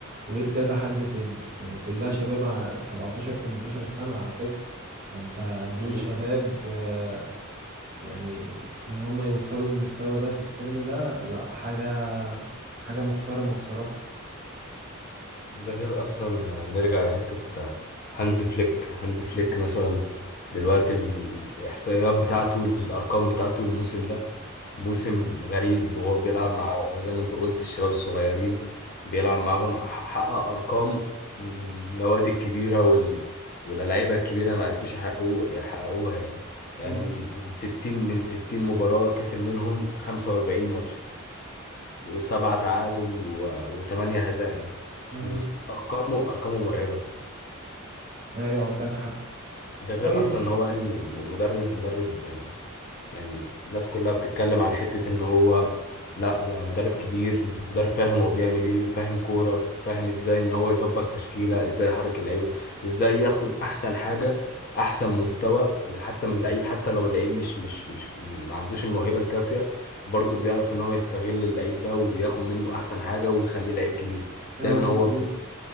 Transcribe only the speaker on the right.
وغير كذا حد تاني يعني كلها شباب ع- 17 18 سنة على فكرة فانت دول
شباب آه، يعني ان هم يوصلوا للمستوى ده في السن ده لا حاجة حاجة محترمة بصراحة
مم.
مم.
مم.
ايوه عندك حق
طيب
اه
مظبوط